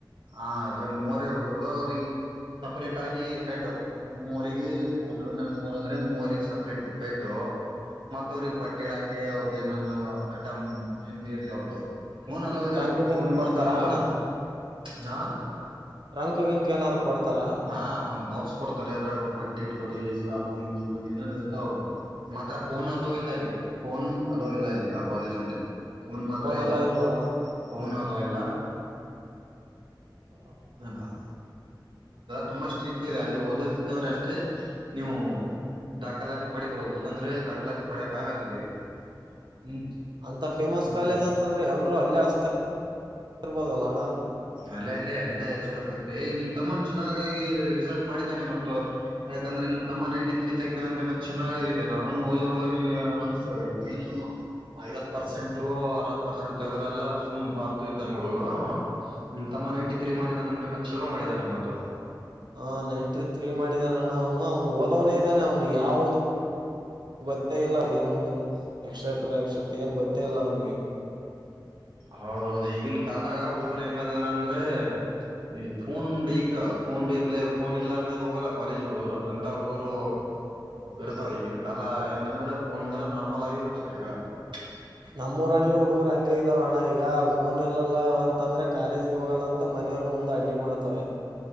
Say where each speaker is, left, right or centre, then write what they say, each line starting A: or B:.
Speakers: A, on the right; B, on the right.
A: ಆ ಅದ್ರಾಗ ಮೂವರ ಹುಡುಗರು ಅವ್ರಿಗೆ ಸಪ್ರೇಟ್ ಆಗಿ ಬೆಡ್ ಮೂವರಿಗೆ ಒಂದ್ ರೂಮ್ ಮೂರ್ ಅಂದ್ರೆ ಮೂವರಿಗೆ ಸಪ್ರೇಟ್ ಬೆಡ್ಡು ಮತ್ತ ಅವ್ರಿಗೆ ಬಟ್ಟೆ ಇಡಾಕಿ ಅವ್ರ್ದ ಏನ ಐಟಮ್ ಏನ್ ಬೀ ಇರ್ಲಿ ಅವ್ರದು ಫೋನ್ ಅಲ್ಲೋ ಇಲ್ಲ
B: ಟ್ರಂಕ್
A: ಅಲ್ಲಿ
B: ಗಿಂಕ್
A: ಫೋನ್
B: ಕೊಡ್ತಾರಾ
A: ಮಾತ್ರ ಅಲ್ಲೋ
B: ಅಣ್ಣ
A: ಇಲ್ಲ ಹ
B: ಟ್ರಂಕ್ ಗಿಂಕ್ ಏನಾದ್ರು ಕೊಡ್ತಾರಾ
A: ಹಾ ಒಂದ್ ಬಾಕ್ಸ್ ಕೊಡ್ತರಿ ಅದ್ರಾಗ ಅವರು ಬಟ್ಟೆ ಇಟ್ಕೊರಿಿ ಸಾಬೂ ನಿ ಜನ್ ಏನ ಇರ್ತಾವ್ರು ಮಾತ್ರ ಫೋನ್ ಅಲ್ಲೋ ಇಲ್ಲ ಅಲ್ಲಿ ಫೋನ್ ಅಲ್ಲೋ ಇಲ್ಲ ಅಲ್ಲಿ ಆ ಕಾಲೇಜ್ ನಲ್ಲಿ ಫೋನ್ ಮಾತ್ರ ಇಲ್ಲ
B: ಎಲ್ಲ ಇಲ್ವಾ
A: ಫೋನ್ ಅಲ ಎಲ್ಲ
B: ಆ,
A: ಪಾ ತುಂಬಾ ಸ್ಟ್ರಿಕ್ ತ ಅಲ್ಲಿ ಓದೋದಿತ್ತಂದ್ರೆ ಅಷ್ಟೇ ನೀವು ದಾಖಲಾತಿ ಪಡಿಬಹುದು ಇಲ್ಕಂದ್ರೆ ದಾಖಲಾತಿ ಪಡಿಯಕ್ ಆಗಲ್ಲ ಅಲ್ಲಿ ಹ್ಮ್
B: ಅಂತ ಫೇಮಸ್
A: ಏನಪಾ
B: ಕಾಲೇಜ್ ಅಂತಂದ್ರೆ ಎಲ್ರು ಅಲ್ಲೇ ಅ <unintelligible> ಇರ್ಬೋದಲ್ಲ ಅಣ್ಣ
A: ಅಲ್ಲ ಇಲ್ಲೇ ಎಲ್ಲೇ ಹಚ್ಬೇಕೆ ನಿಮ್ ತಮ್ಮನ್ ಚೆನ್ನಾಗಾಗಿ ರಿಸಲ್ಟ್ ಮಾಡಿದಾನೆ ಮತ್ತು ಯಾಕಂದ್ರೆ ನಿಮ್ ತಮ್ಮ ನೈನ್ಟಿ ತ್ರೀ ತೆಗ್ದನ ಅಂದ್ರೆ ಮತ್ತೆ ಚೆನ್ನಾಗಗಿದ ಅಲ್ಲ ಅವನು ಹಓದ ಹುಡುಗ ಅನ್ಸ್ತನು ಐವತ್ ಪರ್ಸೆಂಟು ಅರವತ್ ಪರ್ಸೆಂಟ್ ತಗ್ರಲ್ಲ ಸುಮ್ ಪಾಲ್ತು ಇದ್ದಂಗ್ ಹುಡುಗರು ನಿಮ್ ತಮ್ಮ ನೈನ್ಟಿ ತ್ರೀ ಮಾಡಿದಾನ ಅಂದ್ರೆ ಮತ್ತೆ ಚಲೋ ಮಾಡಿದಾನೆ ಮತ್ತ
B: ಆ ನೈಂಟಿ ತ್ರೀ ಮಾಡಿದಾನ ಅಣ್ಣ ಅವನು ಅವನು ಓದವನೇ ಇದ್ದಾನೆ ಅವನು ಯಾವ್ದ <unintelligible> ಗೊತ್ತೇ ಇಲ್ಲ ಏನು ಎಕ್ಸ್ಟ್ರಾಟ್ರಾ ಎಕ್ಸ್ಟ್ರಾಟ್ರ ಏನ್ ಗೊತ್ತೇ ಇಲ್ಲ ಅವನಿಗೆ
A: ಹೌದೌದು ಈಗನ್ ಕಾಲ್ದಾಗ ಹುಡ್ಗರು ಹೆಂಗದಾರಂದ್ರೆ ಈ ಫೋನ್ ಬೇಕ ಫೋನ್ ಬೇಕಲೆ ಫೋನ್ ಇಲ್ಲಾರ್ದೆ ಹೋಗಲ್ಲ ಕಾಲೇಜ್ಗ ಹುಡುಗ್ರು ಅಂತ ಹುಡ್ಗರು ಇರ್ತಾವ ಈಗಿನ ಕಾಲ ಏನಂದ್ರೆ ಫೋನ್ ಅಂದ್ರೆ ನಾರ್ಮಲ್ ಆಗಿಬಿಟ್ಟದ ಈಗ <unintelligible>
B: ನಮ್ಮೂಊರಲ್ಲಿ ಹುಡುಗರು ಹಂಗ ಇದಾವ ಅಣ್ಣ ಈಗ ಫೋನ್ ಇರ್ಲಲ್ಲ ಅಂತಂದ್ರೆ ಕಾಲೇಜಗೆ ಹೋಗಲ್ಲ ಅಂತ ಮ ಮನೆಯವ್ರ ಮುಂದೆ ಅಡ್ಡಿ ಮಾಡ್ತವೆ